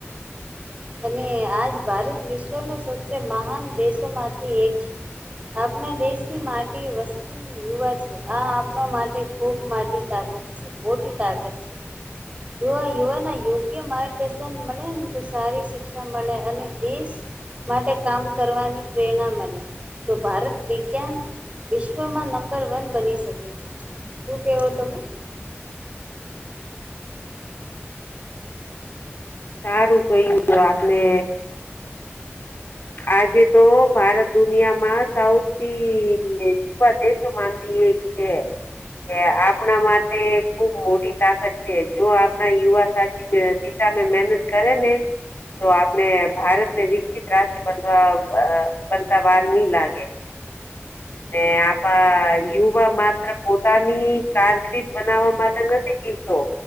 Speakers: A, on the right (about 30°); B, on the left (about 50°).
A: અને આજ ભારત વિશ્વના સબસે મહાન દેશોમાંથી એક છે. આપણા દેશની માટી વસ્તી યુવા છે આ આપણા માટે ખૂબ મોટી તાકત છે, મોટી તાકત છે. જોુવા યવાના યોગ્ય માર્ગદર્શન મળ સારી શિક્ષા મળે અને દેશ માટે કામ કરવાની પ્રેરણા મળે તો ભારત દ ક વિશ્વમાં નંબર વન બની શકે છે. શું કહેવો તમે
B: સારું કહું આપણે આજે તો ભારત દુનિયા માં સાઉથી વા દેશોમાંથી એક છે. એ આપણા માટે ખુબ મોટી તાકાત છે જો આપણા યુવા, સાથી સામે મહેનત કરે ને તો આપણે ભારત ને વિકસિત રાષ્ટ્ર બનવા બનતા વાર નહી લાગે
A: <unintelligible> <inaudible>
B: ને આપ યુવા માત્ર પોતાની કારકટ બનાવવા માટે નથી પીલતો